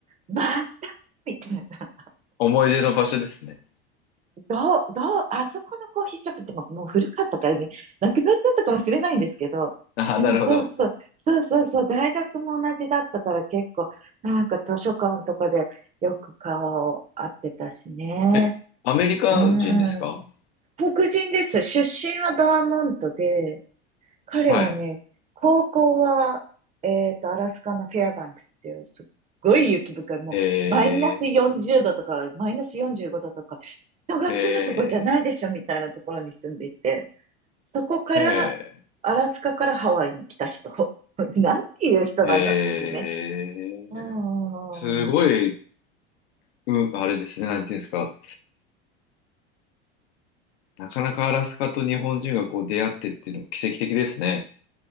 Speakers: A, on the right; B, on the left.
A: またみたいな。
B: 思い出の場所ですね。
A: どう、どう、あそこのコーヒーショップってもうもう古かったからね、なくなっちゃったかもしれないんですけど、
B: あ、
A: でもそうそう、
B: なるほど。
A: そうそうそう、大学も同じだったから結構、なんか図書館とかでよく顔を合ってたしね。
B: え、アメリカ人ですか
A: うんうん。黒人です。出身はバーモントで、彼はね、
B: はい。
A: 高校は、えっと、アラスカのフェアバンクスっていう、すっごい雪深い、もう、
B: え
A: マイナス40度とか、マイナス45度とか、人が住むとこじゃないでしょ、
B: ー、え
A: みたいなところに住んでいて、そこから、
B: ー、え
A: アラスカからハワイに来た人。<laughs> なんていう人なんだっていうね。
B: ー、えー、
A: うーん。
B: すごい、うん、あれですね、なんていうんですか。なかなかアラスカと日本人がこう出会ってっていうのも奇跡的ですね。